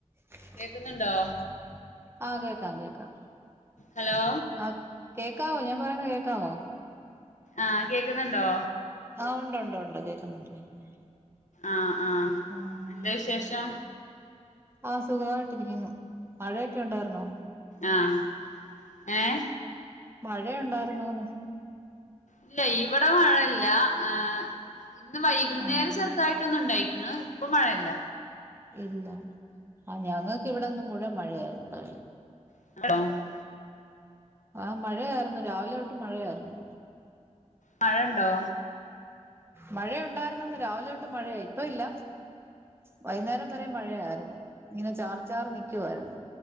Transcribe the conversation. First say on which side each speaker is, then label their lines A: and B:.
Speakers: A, on the right; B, on the left.
A: <inaudible>
B: കേക്കുന്നുണ്ടോ
A: ആഹ് കേക്കാം കേക്കാം
B: ഹലോ?
A: ആഹ് കേക്കാവോ? ഞാൻ പറയണത് കേക്കാവോ?
B: ആഹ് കേക്കുന്നുണ്ടോ?
A: ആഹ് ഉണ്ട് ണ്ട് ണ്ട് കേക്കുന്നുണ്ട് കേക്കുന്നുണ്ട്
B: ആഹ് ആഹ്
A: ആഹ്
B: എന്താ വിശേഷം?
A: ആഹ് സുഖവായിട്ടിരിക്കുന്നു. മഴയൊക്കെ ഉണ്ടായിരുന്നോ?
B: ആഹ് ഏ
A: മഴയുണ്ടായിരുന്നോന്ന്?
B: ഇല്ല ഇവിടെ മഴല്ല. ഹ് ഇന്ന് വൈകുന്നേരം
A: ആഹ്
B: ചെറുതായിട്ട് റ്റോന്ന് ഇണ്ടായിക്ക്ണ് ഇപ്പൊ മഴല്ല
A: ഇല്ല ആ ഞങ്ങൾക്ക് ഇവിടെന്ന് മുഴുവൻ മഴയായിരുന്നു പകല്
B: <unintelligible>
A: ആ മഴയായിരുന്നു. രാവിലെ തൊട്ട് മഴയായിരുന്നു.
B: മഴണ്ടോ?
A: മഴയ ഉണ്ടായിരുന്നന്ന് രാവിലെ തൊട്ടും മഴയായി ഇപ്പ ഇല്ല വൈകുന്നേരം വരെ മഴയാർന്നു. ഇങ്ങനെ ചാറി ചാറി നിക്കുവായിരുന്നു